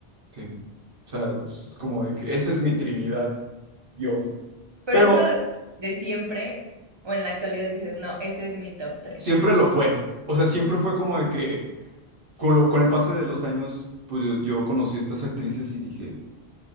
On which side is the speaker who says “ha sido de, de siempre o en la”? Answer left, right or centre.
Right